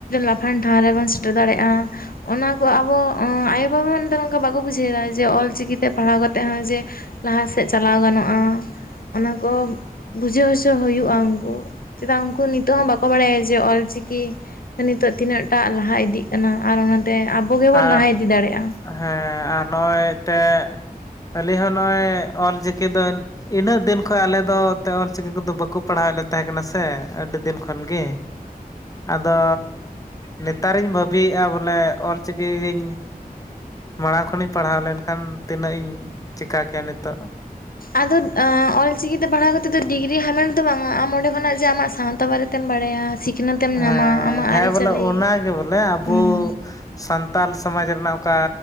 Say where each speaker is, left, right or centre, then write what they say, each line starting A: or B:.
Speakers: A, on the left; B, on the left.
A: ᱞᱟᱯᱷᱟᱝ ᱴᱷᱟᱶ ᱨᱮᱵᱚᱱ ᱥᱮᱴᱮᱨ ᱫᱟᱲᱮᱭᱟᱜᱼᱟ ᱚᱱᱟ ᱠᱚ ᱟᱵᱚ ᱟᱭᱳ ᱵᱟᱵᱟ ᱫᱚ ᱱᱮᱛᱟᱨ ᱚᱝᱠᱟ ᱵᱟᱠᱚ ᱵᱩᱡᱷᱟᱹᱣᱮᱫᱟ ᱡᱮ ᱚᱞ ᱪᱤᱠᱤ ᱛᱮ ᱯᱟᱲᱦᱟᱣ ᱠᱟᱛᱮᱫ ᱦᱚᱸ ᱡᱮ ᱞᱟᱦᱟ ᱥᱮᱫ ᱪᱟᱞᱟᱣ ᱜᱟᱱᱚᱜᱼᱟ ᱚᱱᱟ ᱠᱚ ᱵᱩᱡᱷᱟᱹᱣ ᱦᱚᱪᱚ ᱦᱩᱭᱩᱜᱼᱟ ᱩᱱᱠᱩ ᱪᱮᱫᱟᱜ ᱩᱱᱠᱩ ᱱᱤᱛᱚᱜ ᱦᱚᱸ ᱵᱟᱠᱚ ᱵᱟᱲᱟᱭᱟ ᱡᱮ ᱚᱞ ᱪᱤᱠᱤ ᱱᱤᱛᱚᱜ ᱛᱤᱱᱟᱹᱜ ᱴᱟᱜ ᱞᱟᱦᱟ ᱤᱫᱤᱜ ᱠᱟᱱᱟ ᱟᱨ ᱚᱱᱟᱛᱮ ᱟᱵᱚ ᱜᱮᱵᱚᱱ
B: ᱟᱨ
A: ᱞᱟᱦᱟ ᱤᱫᱤ ᱫᱟᱲᱮᱭᱟᱜᱼᱟ
B: ᱦᱮᱸ ᱟᱨ ᱱᱚᱜᱼᱚᱸᱭ ᱛᱮᱜ ᱟᱹᱞᱤᱧ ᱦᱚᱸ ᱱᱚᱜᱼᱚᱭ ᱚᱞ ᱪᱤᱠᱤ ᱫᱚ ᱤᱱᱟᱹᱜ ᱫᱤᱱ ᱠᱷᱚᱡ ᱟᱞᱮ ᱫᱚ ᱚᱱᱛᱮ ᱚᱞ ᱪᱤᱠᱤ ᱠᱚᱫᱚ ᱵᱟᱠᱚ ᱯᱟᱲᱦᱟᱣᱮᱫ ᱞᱮ ᱛᱟᱦᱮᱸ ᱠᱟᱱᱟ ᱥᱮ ᱟᱹᱰᱤ ᱫᱤᱱ ᱠᱷᱚᱱ ᱜᱮ ᱟᱫᱚ ᱱᱮᱛᱟᱨᱤᱧ ᱵᱷᱟᱹᱵᱤᱭᱮᱜᱼᱟ ᱵᱚᱞᱮ ᱚᱞᱪᱤᱠᱤ ᱜᱤᱧ ᱢᱟᱲᱟᱝ ᱠᱷᱚᱱᱤᱧ ᱯᱟᱲᱦᱟᱣ ᱞᱮᱱᱠᱷᱟᱱ ᱛᱤᱱᱟᱹᱜ ᱤᱧ ᱪᱮᱠᱟ ᱠᱮᱭᱟ ᱱᱤᱛᱚᱜ
A: ᱟᱫᱚ ᱚᱞᱪᱤᱠᱤ ᱛᱮ ᱯᱟᱲᱦᱟᱣ ᱠᱟᱛᱮᱫ ᱫᱚ ᱰᱤᱜᱽᱨᱤ ᱦᱟᱢᱮᱴ ᱫᱚ ᱵᱟᱝᱟ ᱟᱢ ᱚᱸᱰᱮ ᱠᱷᱚᱱᱟᱜ ᱡᱮ ᱟᱢᱟᱜ ᱥᱟᱶᱛᱟ ᱵᱟᱨᱮᱛᱮᱢ ᱵᱟᱲᱟᱭᱟ ᱥᱤᱠᱷᱱᱟᱹᱛᱮᱢ
B: ᱦᱮᱸ
A: ᱧᱟᱢᱟ ᱟᱢᱟᱜ
B: ᱦᱮᱸ
A: ᱟᱹᱨᱤᱪᱟᱹᱞᱤ
B: ᱵᱚᱞᱮ ᱚᱱᱟᱜᱮ ᱵᱚᱞᱮ ᱟᱵᱚ
A: ᱚᱱᱟ
B: ᱥᱟᱱᱛᱟᱞ ᱥᱚᱢᱟᱡᱽ ᱨᱮᱱᱟᱜ ᱚᱠᱟ